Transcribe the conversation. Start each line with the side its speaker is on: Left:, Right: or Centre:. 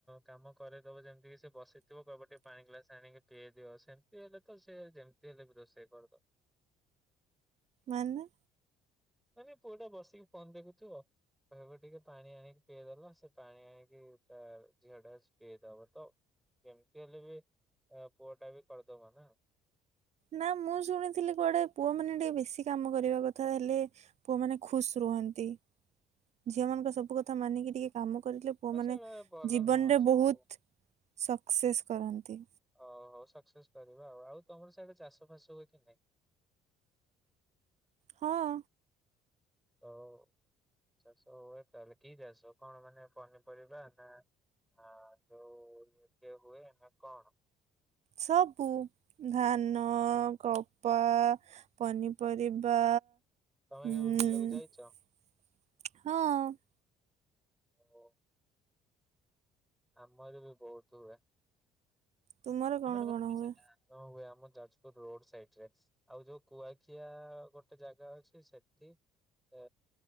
Centre: କାମ କରେଦବ ଯେମିତି କି ସେ ବସେଇଥିବ କବ ଟିକେ ପାଣି ଗ୍ଲାସ ଆଣିକି ପିଆଇ ଦିଅ ସେ ହେଲେ ତ ସେ ଯେମିତି ହେଲେ ବି ରୋଷେଇ କରଦବ।
Right: ମାନେ।
Centre: ମାନେ ପୁଅଟା ବସିକି ଫୋନ ଦେଖୁଥିବ। କହିବ ଟିକେ ପାଣି ଆଣିକି ପିଇଦବା ସେ ପାଣି ଆଣିକି ତା ଝିଅ ଟା ପିଇଦବ ତ କେମିତି ହେଲେ ବି କୁଅ ଟା ବି କରିଦବା ନା।
Right: ନା ମୁଁ ଶୁଣିଥିଲି କୁଆଡେ ପୁଅ ମାନେ ଟିକେ ବେଶୀ କାମ କରିବା କଥା ହେଲେ। ପୁଅମାନେ ଖୁସ ରୁହନ୍ତି ଝିଅ ମାନଙ୍କ ସବୁ କଥା ମାନିକି ଟିକେ କାମ କରିଥି ପୁଅମାନେ
Centre: ତ ସେଗୁଡା ଭଲ
Right: ଜୀବନରେ
Centre: ନୁହଁ ଏ ସବୁ।
Right: ବହୁତ ସକ୍ସେସ୍ କରନ୍ତି।
Centre: ଓହୋ ସକ୍ସେସ୍ କରିବା ଆଉ ଆଉ ତମର ସିଆଡେ ଚାଷ ଫାସ ହୁଏ କି ନାଇଁ?
Right: ହଁ।
Centre: ହଉ ଚାଷ ହୁଏ ତାହଲେ କି ଚାଷ କଣ ମାନେ ପନିପରିବା ନା ହ ଯୋଉ ଇଏ ହୁଏ ନା କଣ?
Right: ସବୁ ଧାନ କପା ପନିପରିବା।
Centre: ତମେ କେବେ
Right: ଉଁ
Centre: ବିଲକୁ ଯାଇଚ?
Right: ହଁ।
Centre: ହୋଉ। ଆମର ବି ବହୁତ ହୁଏ।
Right: ତୁମର କଣ
Centre: ଆମମାନଙ୍କ
Right: କଣ ହୁଏ?
Centre: ସେଇ ଧାନ ହୁଏ ଆମ ଯାଜପୁର ରୋଡ ସାଇଟରେ। ଆଉ ଯୋଉ କୁଆଖିଆ ଗୋଟେ ଜାଗା ଅଛି ସେଠି। ଏ